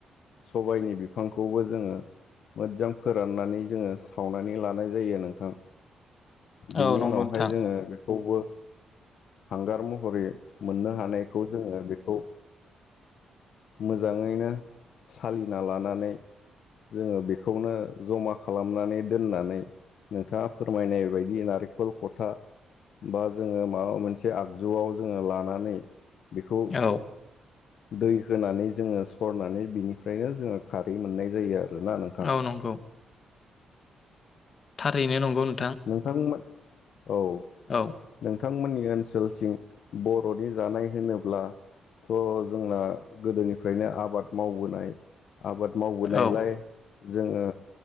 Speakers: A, on the left; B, on the left.
A: सबायनि बिफांखौबो जोङो मोजां फोराननानै जोङो सावनानै लानाय जायो नोंथां बेनि
B: औ नंगौ
A: उनावहाय
B: नोंथां
A: जोङो खौवबो हांगार मु हरे मोन्नो हानायखौ जोङो बेखौ मोजाङैनो सालिना लानानै जोङो बे खौनो जमा खालामनानै दोन्नानै नोंथाङा फोरमायनाय बायदि नारेंखल खथा बा जोङो माबा मोनसे आगजुआव जोङो लानानै बेखौ
B: औ
A: दै होनानै जोङो सरनानै बिनिफ्रायनो जोङो खारै मोन्नाय जायो । ना नोंथां?
B: औ नंगौ। थारैनो नंगौ नों
A: नोंथांमोन औ
B: औ
A: नों थांमोननि ओनसोलथिं बर'नि जानाय होनोब्लाथ' जोंना गोदोनिफ्रायनो आबाद मावबोनाय आबाद मावबोनायलाय
B: औ
A: जोङो